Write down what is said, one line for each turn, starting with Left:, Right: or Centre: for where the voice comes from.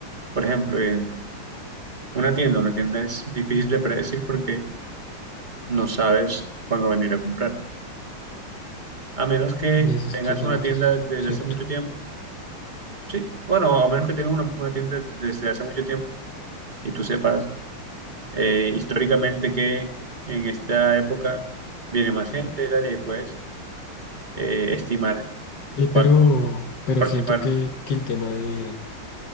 Right: Por ejemplo, eh, una tienda, una tienda es difícil de predecir porque no sabes cuándo venir a comprar. A menos que
Left: es
Right: tengas
Left: totalmente
Right: una tienda desde
Left: cierto.
Right: hace mucho tiempo. Sí, bueno, a menos que tengas una, una tienda desde hace mucho tiempo y tú sepas eh, históricamente que en esta época viene más gente, tal y puedes eh, estimar
Left: Sí,
Right: cuánto
Left: pero, pero
Right: aproximar.
Left: siento que, que el tema de